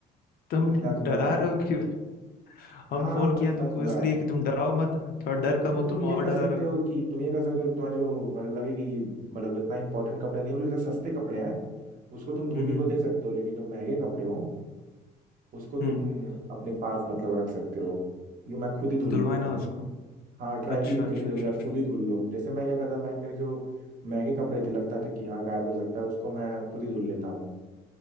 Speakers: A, on the left; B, on the right.
A: तुम
B: मेरे साथ हुआ
A: डरा
B: है
A: रहे हो कि हम
B: हाँ
A: फोन
B: हाँ, मेरे
A: किया
B: साथ
A: तुमको
B: हुआ
A: इसलिए
B: है
A: कि तुम डराओ मत थोड़ा डर कम
B: ये
A: हो
B: तुम
A: तुम
B: ये
A: और
B: कर
A: डरा
B: सकते
A: रहे हो
B: हो कि तुम ये कर सकते हो कि तुम्हारा जो मतलब लगे कि मतलब इतना इंपॉर्टेंट कपड़े नहीं बोले जैसे सस्ते कपड़े हैं उसको तुम धोबी
A: हम्म
B: को
A: हम्म
B: दे सकते हो लेकिन जो महंगे कपड़े हो उसको तुम
A: हम्म,
B: अपने पास मतलब रख सकते हो यूँ मैं खुद ही धुल
A: धुलवाए
B: लूंगा
A: ना उसको
B: हाँ ड्राई
A: अच्छा
B: क्लीन के
A: अच्छा
B: लिए दे
A: अच्छा
B: दो या
A: अच्छा
B: खुद ही धुल लो जैसे मैं क्या करता था भाई मेरे जो महंगे कपड़े थे लगता था कि हाँ गायब हो सकता है उसको मैं खुद ही धुल लेता हूँ